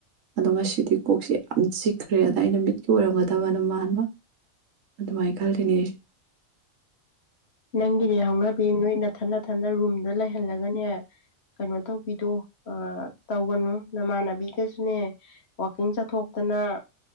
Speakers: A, on the right (about 75°); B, on the left (about 55°).
A: ꯑꯗꯣ ꯉꯁꯤꯗꯤ ꯀꯣꯛꯁꯦ ꯌꯥꯝ ꯆꯤꯛꯈ꯭ꯔꯦ ꯑꯗ ꯑꯩꯅ ꯃꯤꯠꯀꯤ ꯑꯣꯏꯔꯝꯒꯗꯕꯅ ꯃꯥꯟꯕ ꯑꯗꯨꯃꯥꯏꯅ ꯈꯜꯂꯤꯅꯦ ꯑꯩꯁꯨ
B: ꯅꯪꯒꯤꯅꯦ ꯍꯧꯅꯕꯤ ꯅꯣꯏ ꯑꯩꯅꯊꯟꯟꯅ ꯊꯟꯅ ꯔꯨꯝꯗ ꯂꯩꯍꯜꯂꯒꯅꯦ ꯀꯩꯅꯣ ꯇꯧꯕꯤꯗꯣ ꯑ ꯇꯧꯒꯅꯨ ꯅꯃꯥꯟꯅꯕꯤꯒꯁꯨꯅꯦ ꯋꯀꯤꯡ ꯆꯠꯊꯣꯛꯇꯅ